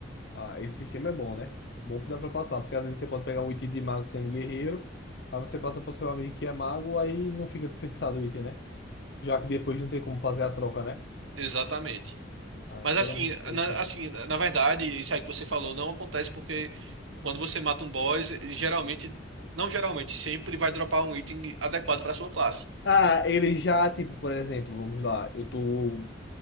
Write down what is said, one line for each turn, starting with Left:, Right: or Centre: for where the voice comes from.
Left: Ah, esse sistema é bom, né? Bom que dá pra passar, porque às vezes você pode pegar um item de mago sendo guerreiro, aí você passa pro seu amigo que é mago, aí não fica desperdiçado o item, né? Já que depois não tem como fazer a troca, né?
Right: exatamente.
Left: Ah,
Right: Mas
Left: então
Right: assim,
Left: era muito bom
Right: na,
Left: isso aí.
Right: assim, na verdade, isso aí que você falou não acontece porque quando você mata um boss, ele geralmente, não geralmente, sempre vai dropar um item adequado pra sua classe.
Left: Ah, ele já, tipo, por exemplo, vamos lá, eu tô,